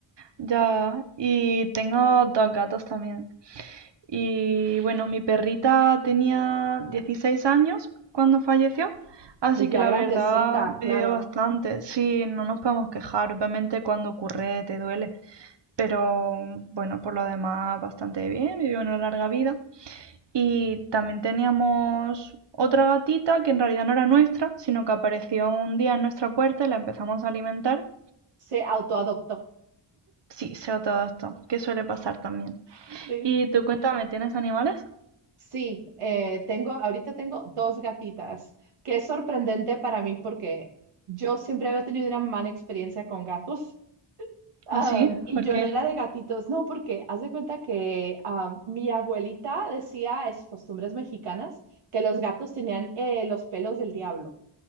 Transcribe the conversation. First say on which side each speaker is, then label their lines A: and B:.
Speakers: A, on the right (about 55°); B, on the right (about 85°).
A: ya. Y tengo dos gatos también. Y bueno, mi perrita tenía 16 años cuando falleció, así
B: Pues ya
A: que la
B: grandecita,
A: verdad vivió
B: claro.
A: bastante. Sí, no nos podemos quejar, obviamente cuando ocurre te duele, pero bueno, por lo demás bastante bien, vivió una larga vida. Y también teníamos otra gatita que en realidad no era nuestra, sino que apareció un día en nuestra puerta y la empezamos a alimentar.
B: Se autoadoptó.
A: Sí, sé todo esto, que suele pasar también.
B: Sí.
A: Y tú cuéntame, ¿tienes animales?
B: Sí, eh, tengo, ahorita tengo dos gatitas, que es sorprendente para mí porque yo siempre había tenido una mala experiencia con gatos. am,
A: ¿Ah, sí?
B: y
A: ¿Por
B: yo
A: qué?
B: no era de gatitos, no, porque haz de cuenta que am, mi abuelita decía, es costumbres mexicanas, que los gatos tenían eh, los pelos del diablo.